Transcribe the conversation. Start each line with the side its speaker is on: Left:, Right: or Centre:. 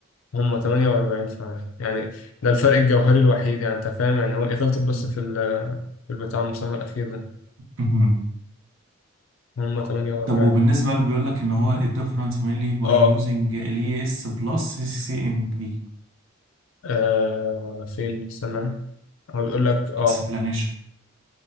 Left: هم 48 فعلا يعني ده الفرق الجوهري الوحيد يعني انت فاهم يعني هو إيه غلطت
Right: مهم.
Left: بس في ال في البتاع المسمى الأخير ده
Right: مهم.
Left: هم 48
Right: طب وبالنسبه اللي بيقول لك ان هو الديفرنس mainly by
Left: اه
Right: using ال اس بلس سي ام بي
Left: آه، فين استنى هو بيقول لك اه
Right: explanation